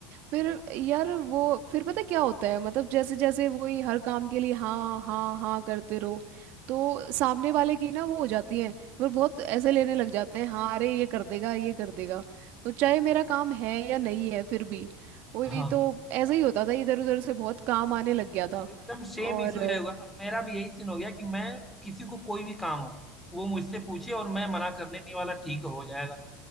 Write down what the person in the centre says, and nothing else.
हाँ
एकदम सेम
इशू यही हुआ अब मेरा भी यही सीन हो गया कि मैं किसी को कोई भी काम हो वो मुझसे पूछे और मैं मना करने नहीं वाला ठीक है, हो जाएगा